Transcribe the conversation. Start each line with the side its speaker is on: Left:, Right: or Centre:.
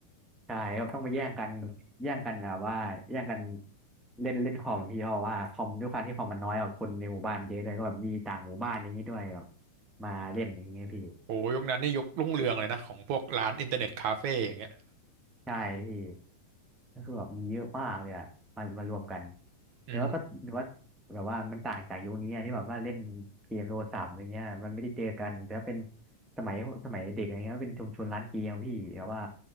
Centre: ใช่ก็ต้องไปแย่งกันแย่งกันแบบว่าแย่งกันเล่นเล่นคอมพี่เพราะว่าคอมด้วยความที่คอมมันน้อยกว่าคนในหมู่บ้านมันเยอะเลยก็แบบมีต่างหมู่บ้านอย่างนี้ด้วยแบบมาเล่นอย่างเงี้ยพี่
Right: โอ้โหยุคนั้นนี่ยุครุ่งเรืองเลยนะของพวกร้านอินเทอร์เน็ตคาเฟ่อย่างเงี้ย
Centre: ใช่พี่ก็คือแบบมีเยอะมากเลยอะมามารวมกัน
Right: อืม
Centre: แต่ว่าก็แต่ว่าแบบว่ามันต่างจากยุคนี้อะที่แบบว่าเล่นเกมโทรศัพท์อะไรเงี้ยมันไม่ได้เจอกันแต่ว่าเป็นสมัยสมัยเด็กอะไรเงี้ยเป็นชุมชนร้านเกมพี่แต่ว่า